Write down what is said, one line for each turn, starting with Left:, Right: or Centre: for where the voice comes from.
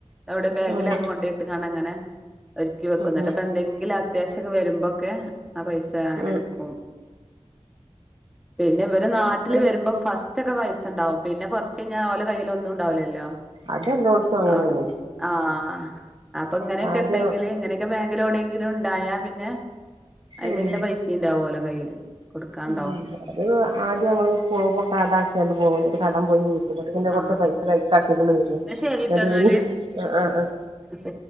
Centre: അവിടെ ബാങ്കിലൊക്കെ
Right: ഉം
Centre: കൊണ്ടയിട്ട് കാണ്ട് അങ്ങനെ ഒരുക്കി വെക്കുന്നുട്ട്
Right: ഉം ഉം
Centre: അപ്പോ എന്തെങ്കിലും അത്യാശ്യൊക്കെ വരുമ്പോക്കെ ആ പൈസ അങ്ങനെ
Right: ഉം
Centre: എടുക്കും. പിന്നെ ഇവര് നാട്ടില്
Right: ഇവിടെ
Centre: വരുമ്പോ ഫസ് ച്ചൊക്കെ വയസ്സുണ്ടാവും പിന്നെ കൊറച്ച് കയിഞ്ഞാ ഓല കയ്യില് ഒന്നും ണ്ടാവില്ലല്ലോ
Right: അതെല്ലോടത്തും അങ്ങനെയാണ്
Centre: അവിടന്ന് ആഹ് അപ്പൊ ഇങ്ങനെക്കെണ്ടെങ്കില്
Right: ആദ്യം
Centre: ഇങ്ങനെയൊക്കെ ലോടെങ്കിലും ഉണ്ടായാ പിന്നെ അതിന്ല്ല
Right: ഉം
Centre: പൈസയുണ്ടാവുലോ കയ്യില് കൊടുക്കാണ്ടാവും
Right: ഉം <unintelligible> ആദ്യം മ്മള് പോവുമ്പ കാടാക്കിയോണ്ട് പോണത് കടം പോയി ന്നട്ട് പിന്നെ
Centre: ആഹ്
Right: കൊറച്ച് പൈസ കൈക്കാക്കി ഇങ്ങട് വെരും
Centre: എന്നാ ശരിട്ടോ
Right: ന്നിട്ട്
Centre: എന്നാല്
Right: <unintelligible> ആഹ് ആഹ് ആഹ്
Centre: ശരി